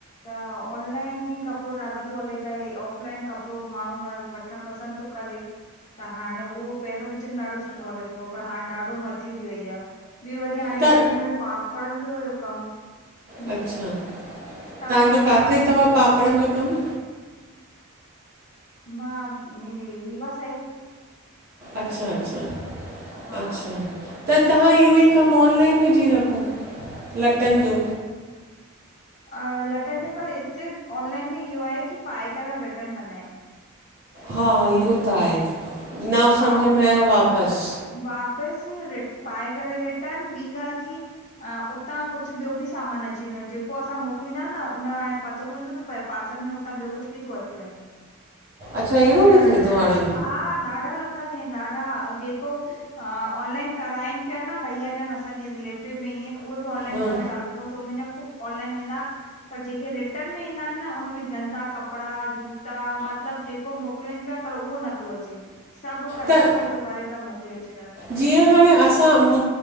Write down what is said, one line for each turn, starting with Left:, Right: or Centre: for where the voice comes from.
Left: त ऑनलाइन ई कपिड़ो ॾाढो तो हले त ऑफ़लाइन कपिड़ो बि माण्हू घरु वठणु पसंदि तो करे। त हाणे उहो पहिरियों विच में ॾाढो सुठो हले पियो पर हाणे ॾाढो मदी थी वई आ। ॿियो वरी हाणे
Right: त
Left: गर्मीअ में पापड़नि जो हुयो कमु हम्म
Right: अच्छा
Left: त
Right: तांजो
Left: हाणे उहो
Right: कांथे
Left: बि मंद
Right: थव पापड़नि जो कमु
Left: मां हेॾे रीवा साइड
Right: अच्छा अच्छा
Left: हा
Right: अच्छा त तहां इहो ई कमु ऑनलाइन विझी रखो लटनि जो
Left: अ लटन जो पर इते ऑनलाइन में इओ आए कि पाए करे अऊं रिटन कंदा आइनि
Right: हा इहो त आए न सम्झ
Left: ऐं
Right: में आयो वापसि
Left: वापसि पाए करे रिटन ॿीं ॻाल्हि कि, उतां कुछ ॿियो बि सामान अची वेंदो आ जेको असां मोकिलींदा अयुसि न उन हाणे पतो थो न त पा पार्सल में हुतां ॿियो कुछ बि थो अची वञे
Right: अच्छा अहिड़ो
Left: इए बि ॾाढा
Right: थिए
Left: लफड़ा
Right: थो हाणे
Left: थी हा ॾाढा लफड़ा थिया आइनि ॾाढा जेक को अ ऑनलाइन कराइनि पिया न भयाजिनि असांजे रिलेटिव में ई अइनि उओ बि ऑनलाइन
Right: हा
Left: कम चालू कयो त उन जा ऑनलाइन वेंदा, पर जेके रिटन में ईंदा आइनि न उन में गंदा कपिड़ा जूता बद मतिलब जेको मोकिलनि पिया पर उओ न पियो अचे सभु कचिड़ो
Right: त
Left: कचिड़ो भरे पिया मोकिले छ
Right: जीअं हाणे असां मु